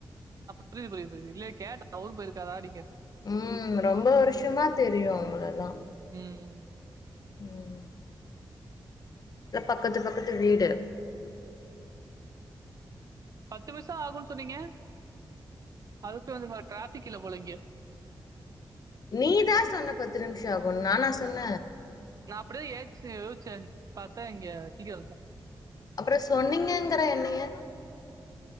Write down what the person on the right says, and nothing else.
புரிது புரிது புரிது இல்ல கேட்ட அவரு போய்ருக்காறானு கேட்
ம்
பத்து வர்ஷொ ஆகூன் சொன்னீங்க அதுக்குள் வந்து போ ட்ராஃபிக் இல்ல போல இங்க
நா அப்டிதா ஏன்சி யோச்ச பாத்தா இங்க <unintelligible>